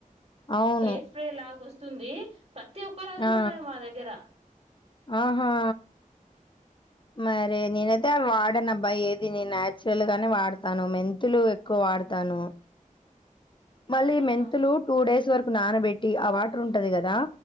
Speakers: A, on the left (about 35°); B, on the right (about 45°).
A: అవును.
B: హెయిర్ స్ప్రే లాగ వస్తుంది ప్రతి ఒక్క రా అది
A: ఆ!
B: కూడా ఉండే మా దగ్గర
A: ఆహా మరి నేనయితే అ వాడను అబ్బాయి ఏది నేను నాచురల్ గానే వాడతాను మెంతులు ఎక్కువ వాడతాను మళ్ళీ
B: ఆహాహా
A: మెంతులు టూ డేస్ వరకు నానబెట్టి ఆ వాటర్ ఉంటది కదా